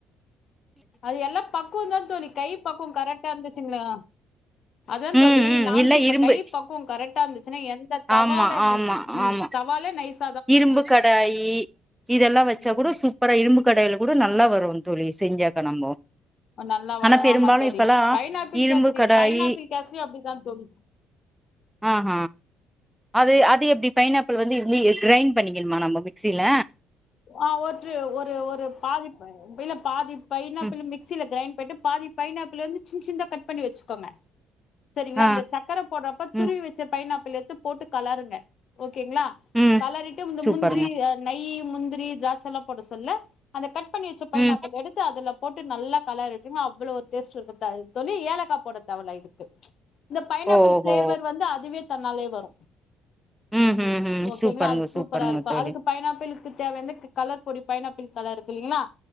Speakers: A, on the left (about 50°); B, in the centre.
A: அது எல்லா பக்குவ தா தோழி கை பக்குவ கரெட்டா இருந்துச்சுங்ளே அதா
B: ம்
A: தோழி
B: ம்
A: நான்ஸ்டிக்
B: இல்ல
A: இப்ப
B: இரும்பு
A: கை பக்குவ கரெட்டா இருந்துச்சுன்னா எந்த தவால
B: ஆமா
A: இருந்
B: ஆமா
A: ம்
B: ஆமா
A: தவாலே நைஸ்
B: இரும்பு கடாயி இதெல்லா வச்சா
A: ம்
B: குட சு கட இரும்பு கடையில கூட நல்லா வரு தோழி செஞ்ஜாக்கா நம்போ
A: நல்லா வரு
B: ஆனா பெரும்பாலு
A: ஆமா தோழி
B: இப்பல்லா
A: பைனாப்பிள்
B: இரும்பு
A: கேசரி
B: கடாயி
A: பைனாப்பிள் கேசரியு அப்டிதா தோழி
B: ஆஹ அது அது எப்டி பைனாப்பிள் வந்து இந்து எது கிரைண்ட் பண்ணிக்குனுமா நம்ம மிக்சியில
A: ஆ ஒற்று ஒரு ஒரு பாதிப் பில்ல பாதி பைனாப்பிளு
B: ம்
A: மிக்சில கிரைண் பண்ட்டு பாதி பைனாப்பிளு வந்து சின்சின்தா கட் பண்ணி வச்சுக்கோங்க செரிங்களா
B: ஆ
A: இந்த சக்கர போட்றப்ப துருவி
B: ம்
A: வெச்ச பைனாப்பிள் எடுத்து போட்டு கலருங்க ஓகேங்களா
B: ம்
A: கலறிட்டு இந்த
B: சூப்பருங்க
A: முந்திரி அ நைய் முந்திரி திராட்செல்லா போட சொல்ல அந்த கட் பண்ணி வச்ச பைனாப்பிள்
B: ம்
A: எடு த்து அதுல போட்டு நல்லா கலறிட்டுங்க அவ்ளோ ஒரு டேஸ்ட் இருக்கும் தோழி ஏலக்கா போட தேவயில்ல இதுக்கு இந்த பைனாப்பிள்
B: ஓஹோ
A: ஃபிளேவர் வந்து அதுவே தன்னாலே வரும்
B: ம் ம் ம்
A: ஓகேங்ளா
B: சூப்பருங்க
A: அது சூப்பரா
B: சூப்பருங்க
A: இருக்கும்
B: தோழி
A: அதுக்கு பைனாப்பிள் தேவையானந்து கலர் பொடி பைனாப்பிள் கலர் இருக்கு இல்லைங்ளா